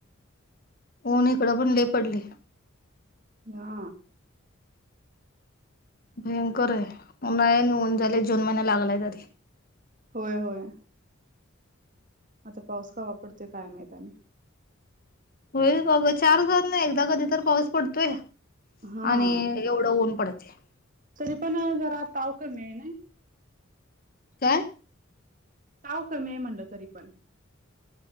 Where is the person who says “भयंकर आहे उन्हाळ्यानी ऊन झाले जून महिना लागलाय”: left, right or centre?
Left